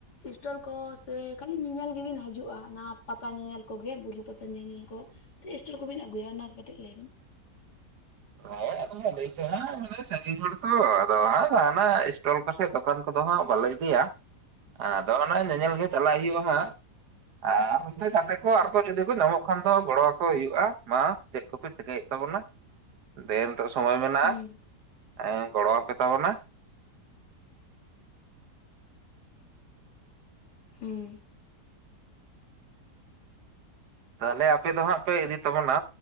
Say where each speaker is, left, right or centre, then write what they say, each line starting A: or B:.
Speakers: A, on the left; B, on the right.
A: ᱤᱥᱴᱚᱞ ᱠᱚ ᱥᱮ ᱠᱷᱟᱹᱞᱤ ᱧᱮᱧᱮᱞ ᱜᱮᱵᱤᱱ ᱦᱤᱡᱩᱜᱼᱟ ᱚᱱᱟ ᱯᱟᱛᱟ ᱧᱮᱧᱮᱞ ᱠᱚᱜᱮ ᱵᱩᱨᱩ ᱯᱟᱛᱟ ᱧᱮᱧᱮᱞ ᱠᱚ ᱪᱮ ᱤᱥᱴᱳᱨ ᱠᱚᱵᱤᱱ ᱟᱹᱜᱩᱭᱟ ᱚᱱᱟ ᱠᱟᱹᱴᱤᱡ ᱞᱟᱹᱭ ᱵᱤᱱ
B: ᱦᱮᱸ ᱟᱫᱚ ᱞᱟᱹᱭᱟ ᱥᱟᱜᱤᱧ ᱦᱚᱲ ᱛᱚ ᱟᱫᱚ ᱦᱟᱸᱜ ᱡᱟᱦᱱᱟᱜ ᱤᱥᱴᱚᱞ ᱠᱚᱥᱮ ᱫᱚᱠᱟᱱ ᱠᱚᱫᱚ ᱦᱟᱸᱜ ᱵᱟᱞᱮ ᱤᱫᱤᱭᱟ ᱟᱫᱚ ᱚᱱᱮ ᱧᱮᱧᱮᱞ ᱜᱮ ᱪᱟᱞᱟᱜ ᱦᱩᱭᱩᱜᱼᱟ ᱦᱟᱸᱜ ᱟᱨ ᱱᱚᱱᱛᱮ ᱜᱟᱛᱮ ᱠᱚ ᱟᱨᱚ ᱡᱩᱫᱤ ᱠᱚ ᱧᱟᱢᱚᱜ ᱠᱷᱟᱱ ᱫᱚ ᱜᱚᱲᱚ ᱟᱠᱚ ᱦᱩᱭᱩᱜᱼᱟ ᱢᱟ ᱪᱮᱫ ᱠᱚᱯᱮ ᱪᱤᱠᱟᱹᱭᱮᱫ ᱛᱟᱵᱚᱱᱟ ᱫᱮ ᱱᱤᱛᱚᱜ ᱥᱚᱢᱚᱭ ᱢᱮᱱᱟᱜᱼᱟ
A: ᱦᱩᱸ
B: ᱮᱸ ᱜᱚᱲᱚᱣᱟᱯᱮ ᱛᱟᱵᱚᱱᱟ
A: ᱦᱩᱸ
B: ᱛᱟᱦᱚᱞᱮ ᱟᱯᱮ ᱫᱚ ᱦᱟᱸᱜ ᱯᱮ ᱤᱫᱤ ᱛᱟᱵᱚᱱᱟ